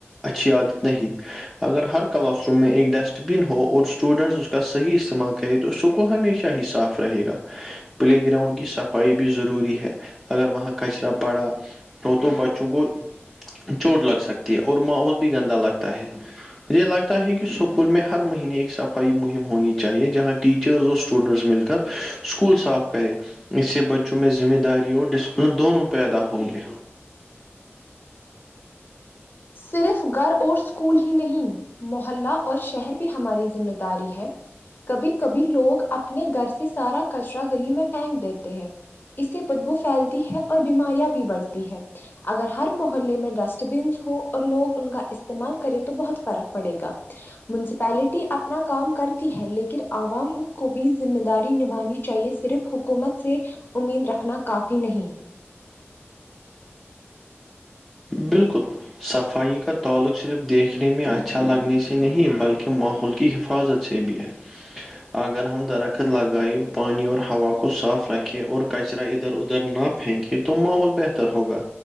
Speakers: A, in the centre; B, on the left.
A: اچھی عادت نہیں اگر ہر کلاس روم میں ایک ڈسٹ بن ہو اور اسٹوڈینٹس اس کا صحیح استعمال کرے تو سکول ہمیشہ ہی صاف رہے گا پلے گراؤنڈ کی صفائی بھی ضروری ہے اگر وہاں کچرا پڑا ہو تو بچوں کو چوٹ لگ سکتی ہے اور ماحول بھی گندا لگتا ہے مجھے لگتا ہے کہ سکول میں ہر مہینے ایک سفر فائی مہم ہونی چاہیے جہاں ٹیچرز اور اسٹوڈینٹس مل کر اسکول صاف کرے اس سے بچوں میں ذمہ داری اور ڈسپلن دونوں پیدا ہوں گے
B: صرف گھر اور اسکول ہی نہیں محلہ اور شہر بھی ہماری ذمہ داری ہے کبھی کبھی لوگ اپنے گھر سے سارا کچرا گلی میں پھینک دیتے ہیں اس سے بدبو پھیلتی ہے اور بیماریاں بھی بڑھتی ہے اگر ہر محلے میں ڈسٹ بنس ہو اور لوگ ان کا استعمال کریں تو بہت فرق پڑے گا مونسپلٹی اپنا کام کرتی ہے لیکن عوام کو بھی ذمہ داری نبھانے کی چاہیے صرف حکومت سے امید رکھنا کافی نہیں
A: بالکل صفائی کا تعلق صرف دیکھنے میں اچھا لگنے سے نہیں بلکہ ماحول کی حفاظت سے بھی ہے اگر ہم درخت لگائیں پانی اور ہوا کو صاف رکھیں اور کچرا ادھر ادھر ن ہےھیک تو ماحول بہتر ہوگا